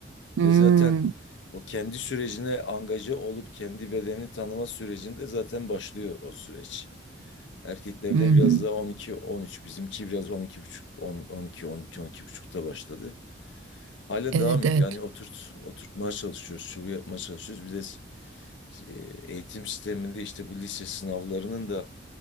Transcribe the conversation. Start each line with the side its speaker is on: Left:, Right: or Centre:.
Right: Hmm,
Left: Ve zaten o kendi sürecine angaje olup kendi bedeni tanıma sürecinde zaten başlıyor o süreç. Erkeklerde
Right: hı hı.
Left: biraz daha 12-13, bizimki biraz 12,5, 10, 12, 12, on iki on iki buçukta başladı. Hala
Right: Evet
Left: devam
Right: evet.
Left: ediyor. Yani oturt, oturtmaya çalışıyoruz, şu yapmaya çalışıyoruz. Bir de e, eğitim sisteminde işte bu lise sınavlarının da